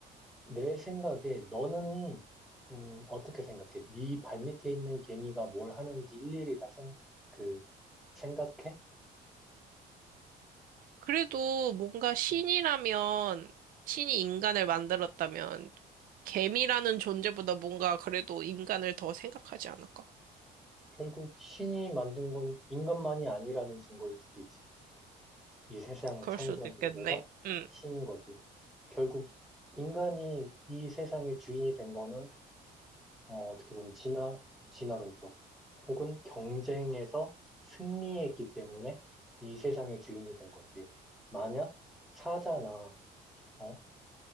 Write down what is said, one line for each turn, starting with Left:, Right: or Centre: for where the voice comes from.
Centre: 내 생각에 너는, 음, 어떻게 생각해? 네 발밑에 있는 개미가 뭘 하는지 일일이 다 생, 그, 생각해?
Right: 그래도 뭔가 신이라면
Centre: 음.
Right: 신이 인간을 만들었다면 개미라는 존재보다 뭔가 그래도 인간을 더 생각하지 않을까?
Centre: 결국 신이 만든 건 인간만이 아니라는 증거일 수도 있지. 이 세상을
Right: 그럴
Centre: 창조한
Right: 수도 있겠네.
Centre: 존재가
Right: 음.
Centre: 신인 거지. 결국 인간이 이 세상의 주인이 된 거는 어, 어떻게 보면 진화, 진화론적 혹은 경쟁에서 승리했기 때문에 이 세상의 주인이 된 거지. 만약 사자나 어,